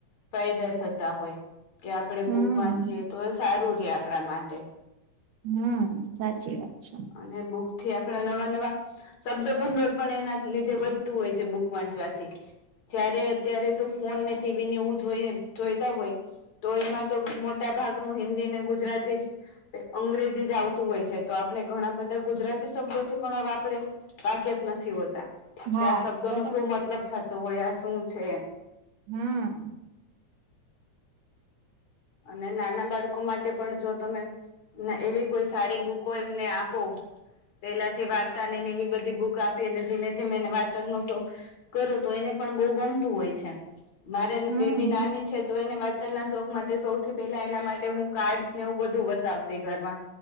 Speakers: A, on the left (about 65°); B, on the right (about 80°).
A: ફાયદા થતા હોય કે આપણે
B: હમ
A: બુક વાંચીએ તોએ સારું રે આપણા માટે
B: હમ સાચી વાત છે.
A: અને બુકથી આપડા નવા નવા શબ્દભંડોળ પણ એના લીધે વધતું હોય છે બુક વાંચવાથી. ત્યારે અત્યારે તો ફોન ને ટીવી ને એવું જોઈએ જોઈતા હોય. તો એમાં તો મોટા ભાગનું હિન્દીને, ગુજરાતી જ અંગ્રેજી જ આવતું હોય છે તો આપને ઘણા બધા ગુજરાતી શબ્દોથી પણ હવે આપણે વાકેફ નથી હોતા. કે
B: હા
A: આ શબ્દોનો
B: બરાબર
A: શું મતલબ થતો હોય આ શું છે એમ
B: હમ
A: અને નાના બાળકો માટે પણ જો તમે ને એવી કોઈ સારી બુકો એમને આપો પેલાથી વાર્તાની ને એવી બધી બુક આપી અને ધીમે ધીમે એને વાંચન નો શોખ કરો તો એને પણ બહુ ગમતું હોય છે. મારે ને
B: હમ
A: બેબી નાની છે તો એને વાંચનના શોખ કે સૌથી પેલા એના માટે હું કાર્ડસને એવું બધું વસાવતી ઘરમાં